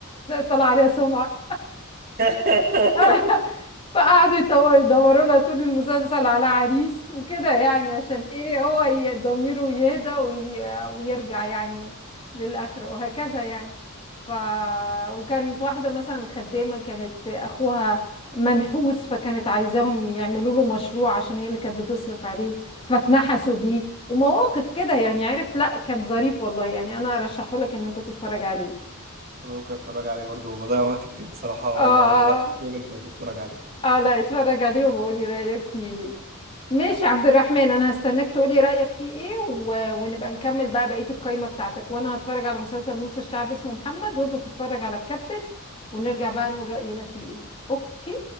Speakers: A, on the left; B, on the right.
A: طلع عليها سمعة
B: <laughs>
A: <laughs> فقعدوا يتو- يدوروا لها طول المسلسل على عريس وكده يعني عشان ايه هو ي- ضميره يهدى وي- ويرجع يعني للآخرة وهكذا يعني ف وكانت واحدة مثلا خدامة كانت أخوها منحوس فكانت عايزاهم يعملوا له مشروع عشان هي اللي كانت بتصرف عليه فاتنحسوا بيه ومواقف كده يعني عارف لا كان ظريف والله يعني أنا أرشحه لك إن أنت تتفرج عليه
B: ممكن اتفرج عليه برضو بضيع وقت كتير بصراحه
A: آه
B: وانا رايح الشغل فممكن اتفرج عليه
A: اه لا اتفرج عليه وبقولي رأيك فيه ايه ماشي عبد الرحمن انا هستناك تقولي رأيك فيه ايه و... ونبقى نكمل بقى بقية القايمة بتاعتك وانا هتفرج على مسلسل نص الشعب اسمه محمد وانت تتفرج على الكابتن ونرجع بقى نقول رأينا فيه ايه اوكي